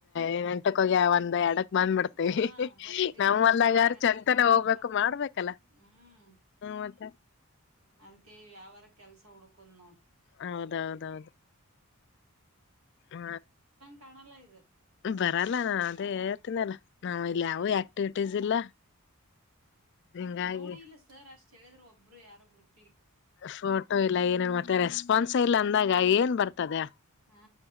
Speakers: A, on the left (about 50°); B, on the right (about 75°).
A: ಏ ಎಂಟಕೋಗ್ಯ ಒಂದ್ ಎಡಕ್ ಬಂದ್ ಬಿಡ್ತೀವಿ
B: ಹಾ ಬರ್ತೀಯವ್ವ
A: ನಮ್ಲ್ಗಾರ
B: ನಮ್ ಹೊಲ್ದಾಗ
A: ಚಂತ
B: ನಿನ್ ಮಾಡ್ಬೇಕಲ್ಲ
A: ಹೋಗ್ಬೇಕು ಮಾಡ್ಬೇಕಲ್ಲಾ
B: ಹ್ಮ್
A: ಮದ
B: ಅದ್ಕ ಯ್ಯಾವಾರ ಕೆಲ್ಸ ಹುಡ್ಕದ್ ನೋಡ್ರಿ
A: ಹೌದೌದೌದು ಹ
B: ಕಾಣಲ ಇದು
A: ಬರಲ್ಲ ನಾ ಅದೇ ಹೇಳ್ತೀನಲ್ಲ ನಾವ್ ಇಲ್ಲಿ ಯಾವ ಆಕ್ಟಿವಿಟೀಸ್ ಇಲ್ಲ ಹಿಂಗಾಗಿ
B: ನೋಡಿ ಇಲ್ಲ ಸರ್ ಅಷ್ಟ್ ಹೇಳಿದ್ರು ಒಬ್ಬರು ಯಾರ ಗ್ರರುಪ್
A: ಫೋಟೋ ಇಲ್ಲ ಏನ ಮತ್ತೆ ರೆಸ್ಪಾನ್ಸ್ ಇಲ್ಲ ಅಂದಾಗ ಏನ್ ಬರ್ತದೆ
B: ಹ್ಮ